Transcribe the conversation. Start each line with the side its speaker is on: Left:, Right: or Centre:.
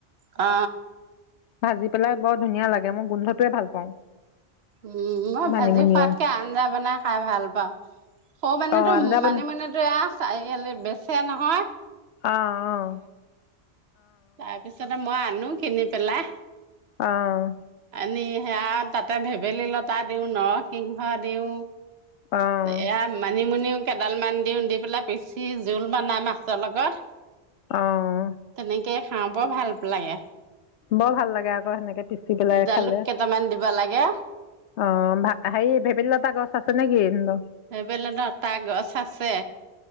Right: অ
Left: ভাজি পেলাই বৰ ধুনীয়া লাগে মোৰ গোন্ধটোৱে ভাল পাওঁ
Right: মই
Left: মানিমুনিও
Right: ভোজি খোৱাতকৈ আঞ্জা বনাই খাই ভাল পাওঁ স মানে মনে
Left: অঁ
Right: তো
Left: আঞ্জা বন
Right: মানিমুনিতো এয়া চাৰিআলি বেছি ছে নহয়
Left: অঁ অ
Right: তাৰ পিছতে মই আনো কিনি পেলা
Left: আহ
Right: নি সেয়া তাতে ভেবেলী লতা দিওঁ নৰসিংহ দিওঁ
Left: অঁ অঁ
Right: এয়া মানিমুনিও কেডাল মান দিওঁ দি পেলাই পিচি জোল বনাই মাছৰ লগত
Left: অঁ
Right: তেনেকে খাওঁ বৰ ভাল লাগে
Left: বৰ ভাল লাগে আকৌ সেনেকে পিচি পেলাই
Right: জালুক
Left: খালে
Right: কেইটামান দিব লাগে
Left: অ ভ হেৰি ভেবেলী লতা গছ আছে নে? কি তহঁতৰ
Right: ভেবেলী লতা গছ আছে।